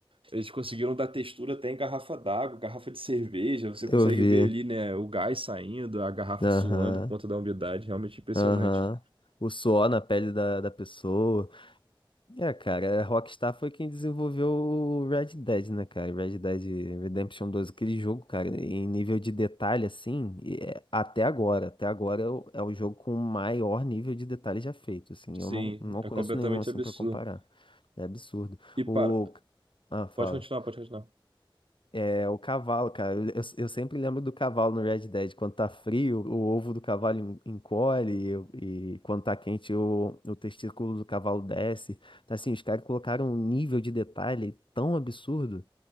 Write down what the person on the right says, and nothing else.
Eles conseguiram dar textura até em garrafa d'água, garrafa de cerveja. Você consegue
ver ali, né, o gás saindo, a garrafa
suando por conta da umidade. Realmente impressionante.
Sim,
é
completamente
absurdo.
E para.
Pode continuar, pode continuar.